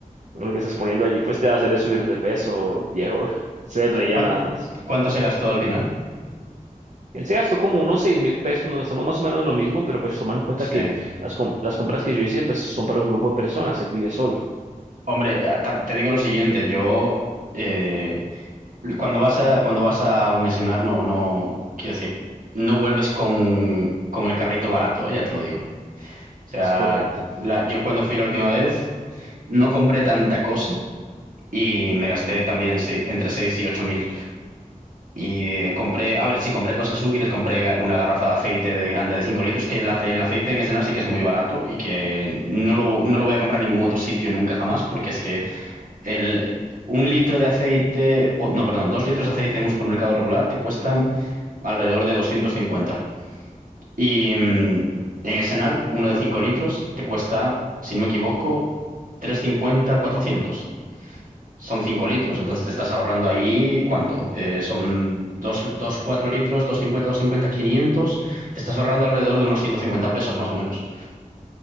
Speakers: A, on the right; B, on the right.
A: lo que estás poniendo allí pues te va a hacer es subir de peso, viejo. <laughs> Se reía
B: ¿Cuán-
A: nada más.
B: ¿Cuánto se gastó al final?
A: Él se gastó como unos seis mil pesos, nos gastamos más o menos lo mismo, pero pues toma en cuenta
B: Sí.
A: que las, com- las compras que yo hice pues son para un grupo de personas, él vive solo.
B: Hombre, a- ta- te digo lo siguiente, yo eh, cuando vas a cuando vas a un escenario, no no quiero decir, no vuelves con, con el carrito barato, eh, ya te lo digo. O sea,
A: Es correcto.
B: la- yo cuando fui la última vez no compré tanta cosa y me gasté también se- entre 6 y 8 mil. Y eh, compré, a ver, sí, compré cosas útiles, compré ga- una garrafa de aceite de grande de 5 litros, que el, ace- el aceite en escenario sí que es muy barato y que eh, no lo, no lo voy a comprar en ningún otro sitio nunca jamás, porque es que el, un litro de aceite, o, no, perdón, dos litros de aceite en un supermercado regular te cuestan alrededor de doscientos cincuenta Y mm, en Essenart, uno de 5 litros te cuesta, si no me equivoco, trescientos cincuenta cuatrocientos Son 5 litros, entonces te estás ahorrando ahí, ¿cuánto? Eh, son dos dos 4 litros, 250, cincuenta quinientos Te estás ahorrando alrededor de unos 150 pesos más o menos.